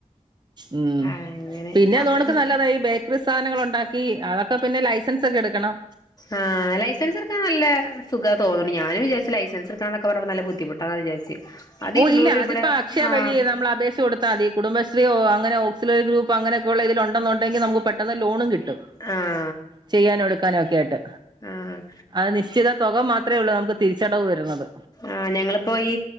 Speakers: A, on the right; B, on the left.
A: ഉം
B: അങ്ങനെ
A: പിന്നെ അതോടേക്കെ
B: അപ്പ
A: നല്ലതായി സാധനങ്ങൾ ഉണ്ടാക്കി അതൊക്കെ പിന്നെ ലൈസൻസ് ഒക്കെ എടുക്കണം.
B: ആഹ് ലൈസൻസെടുക്കാൻ നല്ല സുഖാ തോന്നണ് ഞാനും വിചാരിച്ച് ലൈസൻ സെടുക്കാന്നക്ക പറഞ്ഞപ്പ നല്ല ബുദ്ധിമുട്ടാണ് വിചാരിച്ച് അത്
A: ഓഹ്
B: ഇരുന്നൂറ്
A: ഇല്ല
B: രൂപയുടെ
A: അതിപ്പ അക്ഷയ
B: ആഹ്
A: വഴി നമ്മളപേക്ഷ കൊടു ത്താമതി കുടുംബശ്രീയൊ അങ്ങനെ ഓക്സിലേട്രി ഗ്രൂപ്പോ അങ്ങനക്ക ഒള്ള ഇതിലൊണ്ടന്നൊണ്ടെങ്കി നമുക്ക് പെട്ടന്ന് ലോണും കിട്ടും.
B: ആഹ്
A: ചെയ്യാനും എടുക്കാനും ഒക്കെ ആയിട്ട്.
B: ആഹ്
A: അത് നിശ്ചിത തൊക മാത്രേ ഉള്ളൂ നമുക്ക് തിരിച്ചടവ് വരുന്നത്.
B: ആഹ് ഞങ്ങളിപ്പൊ ഈ